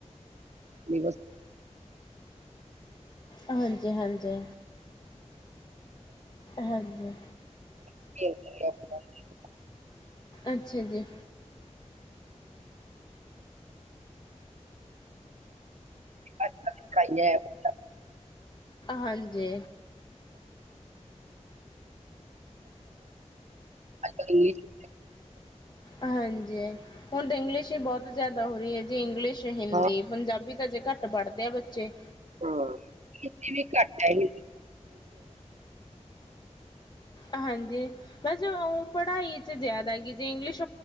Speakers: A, on the right; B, on the left.
A: ਨਸ।
B: ਹਾਂਜੀ ਹਾਂਜੀ ਹਾਂਜੀ।
A: ਠੀਕ।
B: ਅੱਛਾ ਜੀ।
A: ਅੱਛਾ ਅੱ ਖਾ।
B: ਹਾਂਜੀ।
A: ਅੱਜ-ਕੱਲ ਇੰਗਲਿਸ਼
B: ਹਾਂਜੀ ਹੁਣ ਤਾਂ ਇੰਗਲਿਸ਼ ਹੀ ਬਹੁਤ ਜ਼ਿਆਦਾ ਹੋ ਰਹੀ ਹੈ ਜੀ ਇੰਗਲਿਸ਼। ਅੱ ਹਿੰਦੀ
A: ਹਾਂ।
B: ਪੰਜਾਬੀ ਤਾਂ ਅਜੇ ਘੱਟ ਪੜ੍ਹਦੇ ਆ ਬੱਚੇ।
A: ਹਾਂ ਖਤੀ ਵੀ ਘੱਟ ਹੈ ਹੀ।
B: ਹਾਂਜੀ ਬਸ ਉਹ ਪੜ੍ਹਾਈ 'ਚ ਜ਼ਿਆਦਾ ਹੈਗੀ ਜੇ ਇੰਗਲਿਸ਼।